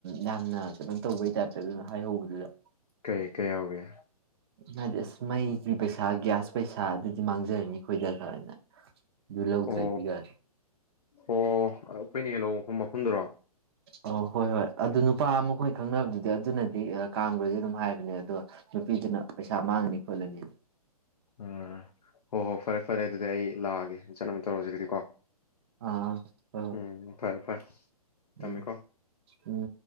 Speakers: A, on the right; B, on the left.
A: ꯌꯥꯝꯅ ꯀꯩꯅꯣ ꯇꯧꯕꯩ ꯇꯥꯏꯞꯇ ꯑꯗꯨꯅ ꯍꯥꯏꯍꯧꯕꯗꯨꯗ
B: ꯀꯩ ꯀꯩ ꯌꯥꯎꯒꯦ
A: ꯍꯥꯏꯗꯤ ꯑꯁ ꯃꯩꯒꯤ ꯄꯩꯁꯥ ꯒ꯭ꯌꯥꯁ ꯄꯩꯁꯥ ꯑꯗꯨꯗꯤ ꯃꯥꯡꯖꯔꯅꯤ ꯑꯩꯈꯣꯏꯗ ꯈꯔꯅ ꯑꯗꯨ ꯂꯧꯗ꯭ꯔꯗꯤ
B: ꯑꯣ
A: ꯀꯥꯏ
B: ꯑꯣ ꯑꯩꯈꯣꯏꯅ ꯍꯦꯛ ꯂꯧ ꯃꯐꯝꯗꯨꯔꯣ
A: ꯑꯣ ꯍꯣꯏ ꯍꯣꯏ ꯑꯗꯨ ꯅꯨꯄꯥ ꯑꯈꯣꯏ ꯈꯪꯅꯕꯗꯨꯗ ꯑꯗꯨꯅꯗꯤ ꯀꯥꯝꯒꯔꯗꯤ ꯑꯗꯨꯝ ꯍꯥꯏꯕꯅꯦ ꯑꯗꯣ ꯅꯨꯄꯤꯗꯨꯅ ꯄꯩꯁꯥ ꯃꯥꯡꯉꯅꯤ ꯈꯣꯠꯂꯅꯤ
B: ꯎꯝ ꯍꯣ ꯍꯣꯏ ꯐꯔꯦ ꯐꯔꯦ ꯑꯗꯨꯗꯤ ꯑꯩ ꯂꯥꯛꯑꯒꯦ ꯆꯠꯅꯕ ꯇꯧꯔꯁꯤ ꯗꯨꯗꯤ ꯀꯣ
A: ꯑꯥ ꯑꯥ ꯍꯣꯏ ꯍꯣꯏ
B: ꯎꯝ ꯐꯔꯦ ꯐꯔꯦ ꯊꯝꯃꯦ
A: ꯎꯝ
B: ꯀꯣ
A: ꯎꯝ